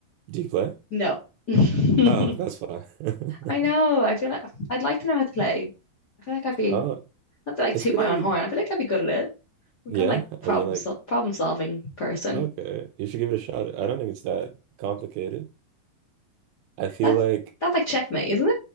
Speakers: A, on the right; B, on the left.
A: Do you play?
B: No. <laughs> I
A: Oh, that's fine. <laughs>
B: know. I feel like I'd like to know how to play. I feel like I'd be
A: Oh,
B: not to like
A: it's
B: toot
A: pretty
B: my own horn. I feel like I'd be good at it. I'm
A: yeah.
B: kind of like problem
A: Are you like
B: sol problem solving person.
A: okay, you should give it a shot. I don't think it's that complicated. I feel
B: That's
A: like
B: that's like checkmate, isn't